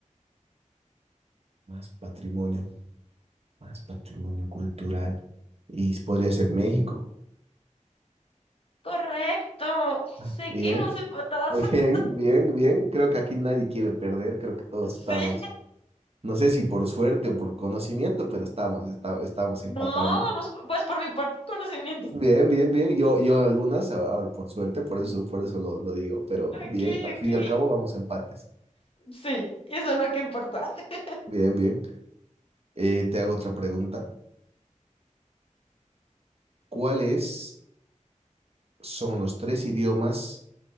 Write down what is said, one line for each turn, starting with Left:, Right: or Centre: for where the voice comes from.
Right: Más patrimonio, más patrimonio cultural. Y podría ser México.
Left: Correcto.
Right: Ah,
Left: Seguimos
Right: Bien,
Left: empatados.
Right: bien,
Left: <laughs>
Right: bien, bien. Creo que aquí nadie quiere perder. Creo que todos
Left: Sí.
Right: estamos, no sé si por suerte o por conocimiento, pero estamos, esta- estamos
Left: No,
Right: empatando.
Left: vamos, pues por mi parte, conocimiento.
Right: Bien, bien, bien. Yo, yo algunas, a- a- por suerte, por eso, por eso lo, lo digo, pero
Left: Ok,
Right: bien, al
Left: ok.
Right: fin y al cabo vamos a empates.
Left: <laughs> Sí, eso es lo que importa. <laughs>
Right: Bien, bien. Eh, te hago otra pregunta. ¿Cuáles son los tres idiomas